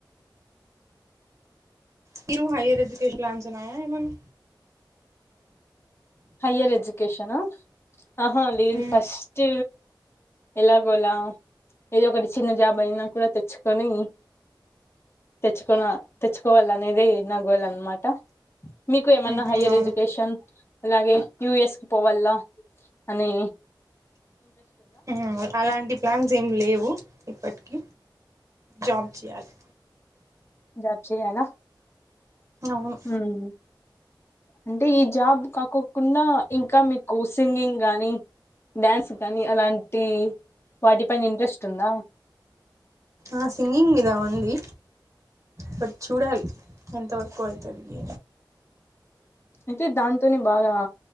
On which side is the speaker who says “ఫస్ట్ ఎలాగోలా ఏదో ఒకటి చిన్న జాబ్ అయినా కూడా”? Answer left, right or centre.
Left